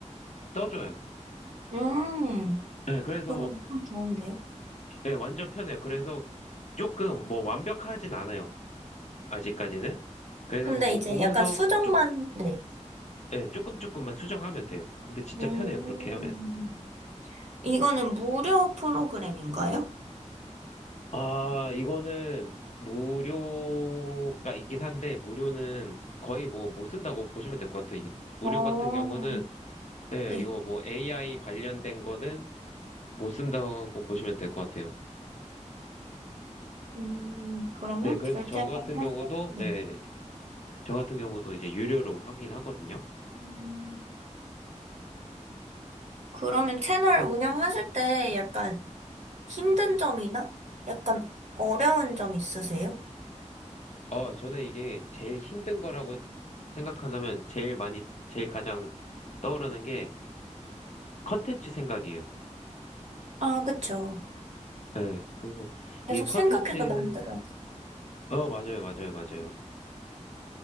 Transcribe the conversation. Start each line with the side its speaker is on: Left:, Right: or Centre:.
Left: 써줘요.
Right: 음,
Left: 네, 그래서
Right: 그거 엄청 좋은데요?
Left: 네, 완전 편해요. 그래서 조금 뭐 완벽하진 않아요. 아직까지는. 그래서
Right: 근데
Left: 뭐
Right: 이제
Left: 보면서
Right: 약간 수정만,
Left: 조금
Right: 네.
Left: 네, 조금 조금만 수정하면 돼요. 근데 진짜
Right: 음,
Left: 편해요. 그렇게 하면.
Right: 이거는 무료 프로그램인가요?
Left: 아, 이거는 무료가 있긴 한데, 무료는 거의 뭐 못 쓴다고 보시면 될 것 같아요. 이 무료
Right: 아,
Left: 같은 경우는, 네,
Right: 네.
Left: 이거 뭐 AI 관련된 거는 못 쓴다고 보시면 될 것 같아요.
Right: 음, 그러면
Left: 네, 그래서
Right: 결제를
Left: 저 같은 경우도,
Right: 해서, 네.
Left: 예, 저 같은 경우도 이제 유료로 하긴 하거든요.
Right: 음, 그러면 채널 운영하실 때 약간 힘든 점이나 약간 어려운 점 있으세요?
Left: 어, 저는 이게 제일 힘든 거라고 생각한다면 제일 많이, 제일 가장 떠오르는 게 컨텐츠 생각이에요.
Right: 아, 그쵸.
Left: 네, 그래서 이게
Right: 계속
Left: 컨텐츠,
Right: 생각해서 만들어야 돼.
Left: 어, 맞아요, 맞아요, 맞아요.